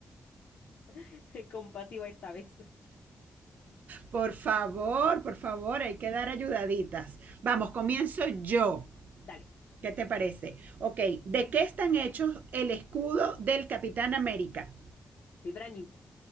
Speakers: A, on the left; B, on the right.
A: <laughs> compasiva esta vez.
B: Por favor, por favor, hay que dar ayudaditas. Vamos, comienzo yo.
A: <laughs> Dale,
B: ¿Qué te parece? Ok, ¿de qué están hechos el escudo del Capitán América?
A: Vibranium.